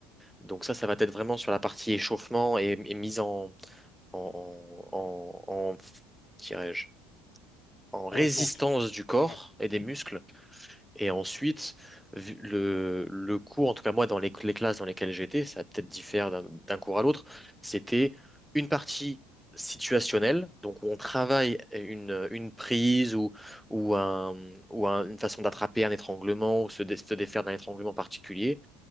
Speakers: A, in the centre; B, on the left.
A: Donc ça, ça va être vraiment sur la partie échauffement et, et mise en, en, en, en, en- dirais-je, en résistance
B: Ouais, pour tout
A: du corps
B: ouais.
A: et des muscles. Et ensuite, vu- le, le cours, en tout cas moi, dans les, les classes dans lesquelles j'étais, ça peut-être diffère d'un d'un cours à l'autre, c'était une partie situationnelle, donc où on travaille une, une prise ou, ou, un, ou un- une façon d'attraper un étranglement ou se, dé- se défaire d'un étranglement particulier.